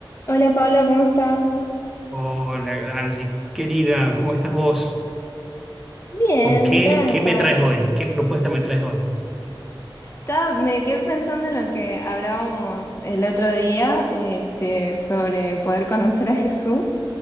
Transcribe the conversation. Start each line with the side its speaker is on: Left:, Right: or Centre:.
Left: Hola Pablo, ¿cómo estás?
Centre: Hola, Angie, querida, ¿cómo estás vos?
Left: Bien,
Centre: ¿Con qué,
Left: tranca.
Centre: qué me traes hoy? ¿Qué propuesta me traes hoy?
Left: Ta- me quedé pensando en lo que hablábamos el otro día, este, sobre poder conocer a Jesús.